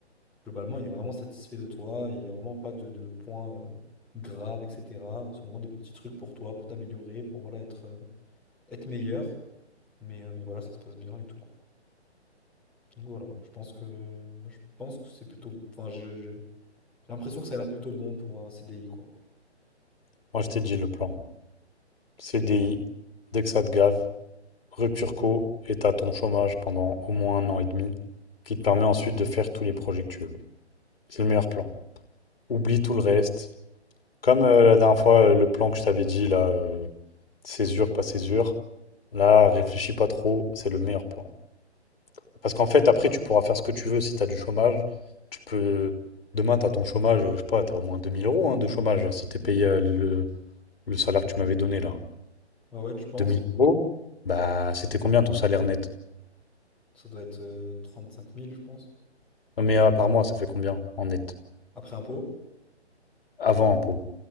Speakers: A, in the centre; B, on the left.
A: globalement, il est vraiment satisfait de toi. et Il n'y a vraiment pas de, de points euh, graves, etc. C'est vraiment des petits trucs pour toi, pour t'améliorer, pour voilà, être, euh, être meilleur. Mais, euh, mais voilà, ça se passe bien et tout, quoi. Donc voilà, je pense que je pense que c'est plutôt. Enfin, je- je- j'ai l'impression que ça a l'air plutôt bon pour un CDI, quoi.
B: Moi, je t'ai dit le plan. CDI, dès que ça te gave, rupture co et t'as ton chômage pendant au moins un an et demi, qui te permet ensuite de faire tous les projets que tu veux. C'est le meilleur plan. Oublie tout le reste. Comme euh, la dernière fois, euh, le plan que je t'avais dit, là, euh, césure, pas césure, là, réfléchis pas trop, c'est le meilleur plan. Parce qu'en fait, après, tu pourras faire ce que tu veux si t'as du chômage. Tu peux. Demain, t'as ton chômage, euh, je sais pas, t'as au moins 2000 euros hein, de chômage si t'es payé euh, le, le le salaire que tu m'avais donné là.
A: Ah ouais, tu penses?
B: 2000 euros, bah, c'était combien ton salaire net?
A: Ça doit être euh, 35 000, je pense.
B: Non, Mais euh, par mois, ça fait combien en net?
A: Après impôt.
B: Avant impôt.